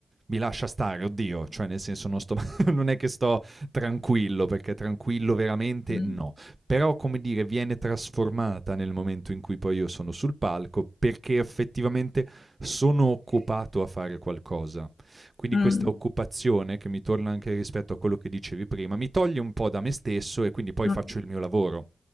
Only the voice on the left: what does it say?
Mh.
Mh.
Mh.
Mh.